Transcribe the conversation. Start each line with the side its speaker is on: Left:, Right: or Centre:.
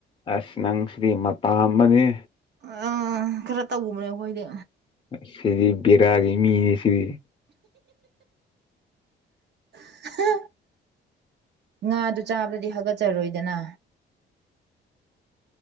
Left: ꯑꯁ ꯅꯪ ꯁ꯭ꯔꯤ ꯃꯇꯇꯥꯥꯝꯕꯅꯦ
Right: ꯑꯥ ꯈꯔ ꯇꯅꯦ ꯑꯩꯈꯣꯏꯗꯤ
Left: ꯁꯤꯗꯤ ꯕꯔꯥꯑꯒꯦ ꯃꯤꯅꯦꯁꯤꯗꯤ
Right: ꯍ ꯉꯥꯗꯨ ꯆꯥꯕꯗꯗꯤ ꯍꯥꯒꯠꯆꯔꯣꯏꯗꯅ